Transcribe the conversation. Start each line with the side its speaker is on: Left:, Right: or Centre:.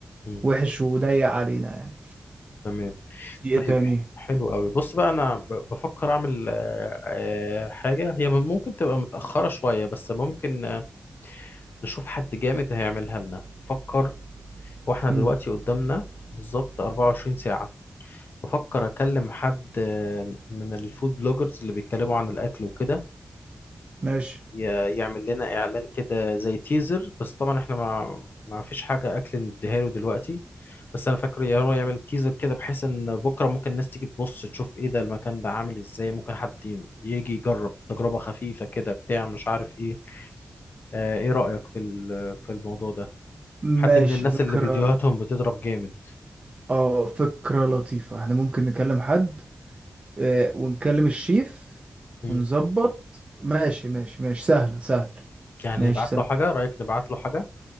Left: مم.
Right: وحش وضيق علينا يعني
Left: تمام
Right: في
Left: طيب
Right: ايه تاني
Left: حلو قوي بص بقى انا ب- بفكر اعمل آه، آه، حاجه هي من- ممكن تبقى متاخره شويه بس ممكن آه، نشوف حد جامد هيعملها لنا فكر واحنا
Right: مم.
Left: دلوقتي قدامنا بالظبط 24 ساعه بفكر اكلم حد آه، من الفود بلوجرز اللي بيتكلموا عن الاكل وكده
Right: ماشي
Left: ي- يعمل لنا اعلان كده زي تيزر بس طبعا احنا ما ما فيش حاجه اكل نديها له دلوقتي بس انا فاكر يا هو يعمل تيزر كده بحيث ان بكره ممكن الناس تيجي تبص تشوف ايه ده المكان ده عامل ازاي ممكن حد يجي يجرب تجربه خفيفه كده بتاع مش عارف ايه آه، ايه رايك في ال- في الموضوع ده
Right: ماشي
Left: حد من الناس
Right: فكرة
Left: اللي فيديوهاتهم بتضرب جامد
Right: اه فكرة لطيفة احنا ممكن نكلم حد آه، ونكلم الشيف
Left: مم.
Right: ونظبط ماشي ماشي ماشي سهلة سهلة
Left: يعني
Right: ماشي
Left: نبعت
Right: سهلة
Left: له حاجه رايك نبعت له حاجه